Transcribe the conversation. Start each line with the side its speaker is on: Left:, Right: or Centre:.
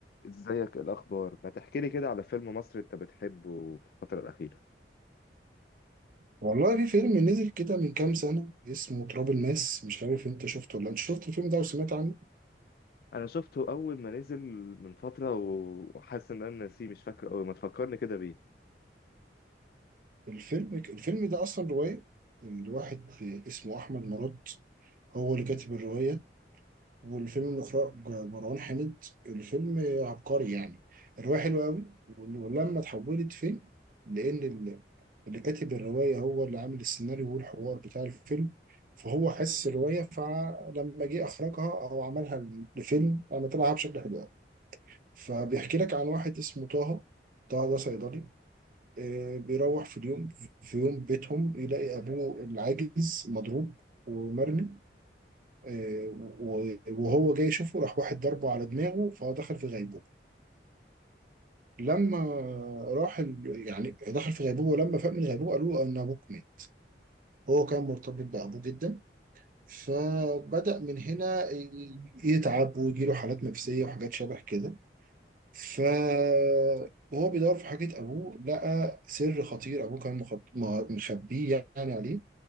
Left: ازيك إيه الاخبار ما تحكي لي كده على فيلم مصري انت بتحبه في الفتره الاخيره
Right: والله في فيلم نزل كده من كام سنة اسمه تراب الماس مش عارف انت شفته ولا انت شفت الفيلم ده وسمعت عنه
Left: انا شفته اول ما نزل من فتره و- وحاسس ان انا ناسيه مش فاكر قوي ما تفكرني كده بيه
Right: الفيلم الفيلم ده اصلا رواية من واحد اسمه احمد مراد هو اللي كاتب الرواية والفيلم من اخراج مروان حامد الفيلم عبقري يعني الرواية حلوة قوي ولما اتحولت فيلم لان ال- اللي كاتب الرواية هو اللي عامل السيناريو والحوار بتاع الفيلم فهو حس الرواية فلما جه اخرجها او عملها لفيلم عملها بشكل حلو فبيحكي لك عن واحد اسمه طه طه ده صيدلي آه، بيروح في اليوم في يوم بيتهم يلاقي أبوه العاجز مضروب ومرمي آه، و- وهو جاي يشوفه راح واحد ضربه على دماغه فهو دخل في غيبوبة لما راح ال- يعني دخل في غيبوبة ولما فاق من الغيبوبة قالوا له أن أبوك مات هو كان مرتبط بأبوه جدا فبدأ من هنا ي- يتعب ويجيله حالات نفسية وحاجات شبه كده فهو بيدور في حاجة أبوه لقى سر خطير أبوه كان مخب... مه- مخبيه يعني عليه